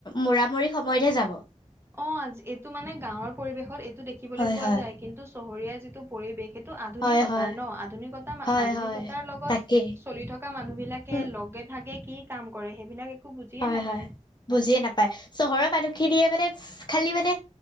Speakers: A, on the left; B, on the right.
A: মুৰা মৰি সময়তহে যাব।
B: অ', আজ এইটো মানে গাঁৱৰ পৰিৱেশত এইটো দেখিবলৈ
A: হয়
B: পোৱা
A: হয়
B: যায়, কিন্তু চহৰীয়া যিটো পৰিৱেশ সেইটো আধুনিকতা
A: হয় হয়
B: ন, আধুনিকতা
A: হয়
B: আধুনিকতাৰ
A: হয়
B: লগত
A: তাকেই
B: চলি থকা মানুহ বিলাকে
A: উম
B: লগে ভাগে কি কাম কৰে সেইবিলাক একো বুজিয়ে
A: হয়
B: নাপায়।
A: হয় বুজিয়ে নাপায়। চহৰৰ মানুহখিনিয়ে মানে খালি মানে